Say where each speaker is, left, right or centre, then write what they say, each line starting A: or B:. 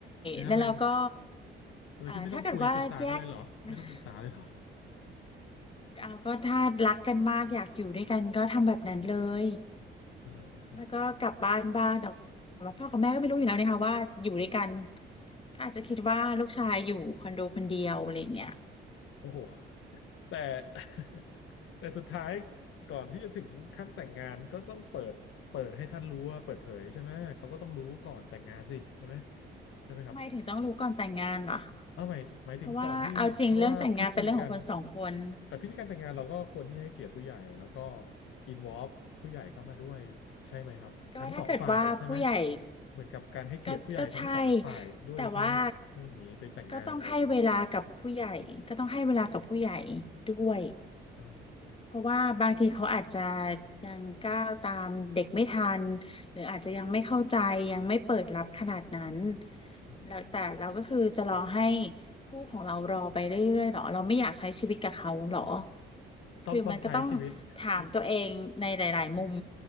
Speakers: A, on the left; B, on the left.
A: เนี้ยเลย
B: แล้วเราก็
A: โดยที่ไม่ต้องคุยปรึกษากันเลยเหรอไม่ต้องปรึกษาเลยเหรอ
B: เอ่อถ้าเกิดว่าแยก <laughs> เอาก็ถ้ารักกันมากอยากอยู่ด้วยกันก็ทำแบบนั้นเลย
A: เออ <laughs>
B: แล้วก็กลับบ้านบ้างแต่ว่าพ่อกับแม่ก็ไม่รู้อยู่แล้วนะคะว่าอยู่ด้วยกันก็อาจจะคิดว่าลูกชายอยู่คอนโดคนเดียวอะไรอย่างเงี้ย
A: โอ้โหแต่ <laughs> แต่สุดท้ายก่อนที่จะถึงขั้นแต่งงานก็ต้องเปิดเปิดให้ท่านรู้ว่าเปิดเผยใช่ไหมเขาก็ต้องรู้ก่อนแต่งงานสิใช่ไหมใช่ไหมครับ
B: ทำไมถึงต้องรู้ก่อนแต่งงานล่ะ
A: เอาหมายหมายถึงก่อนที่เพราะว่าพิธีการ
B: เพราะว่าเอาจริงเรื่องแต่งงานเป็นเรื่องของคนสองคน
A: แต่พิธีการแต่งงานเราก็ควรที่จะให้เกียรติผู้ใหญ่แล้วก็อินวอล์ผู้ใหญ่เข้ามาด้วยใช่ไหมครับทั้งสองฝ่ายใช่ไหม
B: ก็ถ้าเกิดว่าผู้ใหญ่
A: เหมือนกับการให้เกียรติผู้ใหญ่ทั้งสองฝ่ายด้วยใช่ไหมแล้วมันหนีไปแต่งงานเลย
B: ก็ก็ใช่ แต่ว่าก็ต้องให้เวลากับผู้ใหญ่ก็ต้องให้เวลากับผู้ใหญ่ด้วย
A: เอออ
B: เพราะว่าบางทีเขาอาจจะยังก้าวตามเด็กไม่ทันหรืออาจจะยังไม่เข้าใจยังไม่เปิดรับขนาดนั้น
A: ืม
B: แล้วแต่เราก็คือจะรอให้คู่ของเรารอไปเรื่อยๆหรอเราไม่อยากใช้ชีวิตกับเขาหรอ
A: ต้องต้องใช้ชีวิตคือ
B: คือมันก็ต้องถามตัวเองในหลายๆมุม